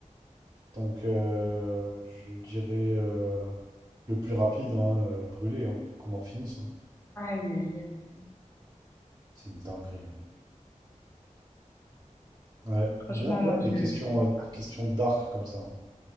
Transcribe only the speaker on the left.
Aïe, aïe, aïe.
Franchement,
moi,
je, je sais
pas.